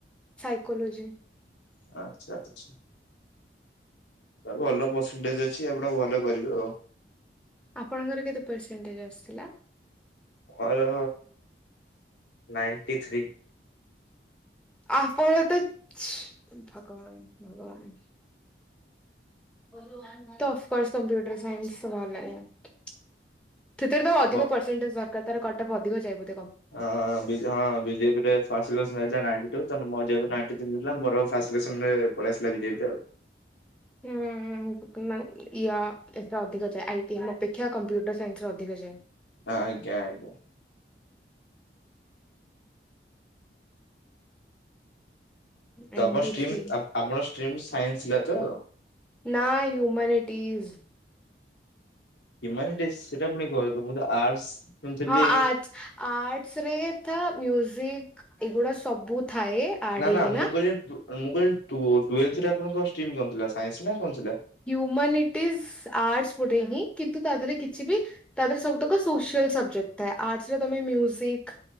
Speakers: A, in the centre; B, on the left.
A: ସାଇକୋଲୋଜି
B: ଆଚ୍ଛା, ଆଚ୍ଛା। ଭଲ ପରସେଣ୍ଟେଜ ଅଛି। ଆପଣ ଭଲ କରିବେ ଆଉ।
A: ଆପଣଙ୍କର କେତେ ପରସେଣ୍ଟେଜ୍ ଆସିଥିଲା?
B: ମୋର ନାଇଣ୍ଟି ଥ୍ରୀ
A: ଆପଣ ତ ଭଗବାନ, ଭଗବାନ। ତ ଅଫକୋର୍ସ କମ୍ପ୍ୟୁଟର ସାଇନ୍ସ ଭଲ ଲାଗେନି। ସେଥିରେ ତ ଅଧିକ
B: ହଁ
A: ପରସେଣ୍ଟେଜ ଦରକାର। ତାର କଟ୍ଅଫ୍ ଅଧିକ ଯାଏ ବୋଲି।
B: ହଁ ହଁ ବିଜେପିରେ ଫାର୍ଷ୍ଟ ସିଲେକସନ ଯାଇଇଥିଲା, ନାଇଣ୍ଟି ଟୁ। ମୋର ଯେହେତୁ ନାଇଣ୍ଟି ଥ୍ରି ଥିଲା, ମୋର ଫାର୍ଷ୍ଟ ସିଲେକସନରେ ପଳେଇ ଆସିଲା ବିଜେବିରେ।
A: ହୁଁ। <unintelligible> ୟା, ଏଟା ଅଧିକ ଯାଏ ଆଇ ଟି ଏମ ଅପେକ୍ଷା କମ୍ପ୍ୟୁଟର ସାଇନ୍ସର ଅଧିକ ଯାଏ।
B: ଆଜ୍ଞା ଆଜ୍ଞା।
A: ନାଇଣ୍ଟି
B: ତ ଆପଣ ଷ୍ଟ୍ରିମ୍
A: ଥ୍ରୀ
B: ଆ ଆପଣ ଷ୍ଟ୍ରିମ୍‌ ସାଇନ୍ସ ଥିଲା ତ?
A: ନା ହ୍ୟୁମାନିଟିଜ।
B: ହ୍ୟୁମାନିଟିଜ୍ ସେଟା ପୁଣି କଣ ହେଇଥିବ ମୁଁ ତ ଆର୍ଟସ। ଶୁଣିଥିଲି
A: ହଁ, ଆର୍ଟସ। ଆର୍ଟସ ରେ ଥା ମ୍ୟୁଜିକ ଏଗୁଡା ସବୁ। ଥାଏ ଆଡ
B: ନା,
A: ହେଇକିନା
B: ନା। ମୁଁ କହିଲି ଟୁ ମୁଁ କହିଲି, ଟୁ ଟ୍ୱେଲଥ୍‌ ରେ ଆପଣଙ୍କ ଷ୍ଟ୍ରିମ୍ କଣ ଥିଲା? ସାଇନ୍ସ ନା କଣ ଥିଲା?
A: ହ୍ୟୁମାନିଟିଜ୍‌ ଆର୍ଟସ ଗୋଟେ ହିଁ। କିନ୍ତୁ ତା ଦେହରେ କିଛି ବି, ତା ଦେହରେ ସବୁତକ କୃସିଆଲ ସବଜେକ୍ଟ ଥାଏ। ଆର୍ଟସ ରେ ତମେ ମ୍ୟୁଜିକ୍,